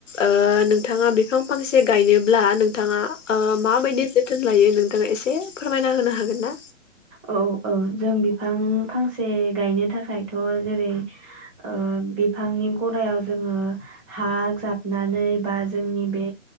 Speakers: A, on the left; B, on the right.
A: ओ नोंथाङा बिफां फांसे गायनोब्ला नों थाङा ओ माबायदि जो थोन लायो नोंथाङा एसे फोरमायना होनो हागोनना?
B: औ औ जों बिफां फांसे गायनो थाखायथ' जेरै ओ बिफांनि गरायाव जोङो हा जाबनानै बा जोंनि बे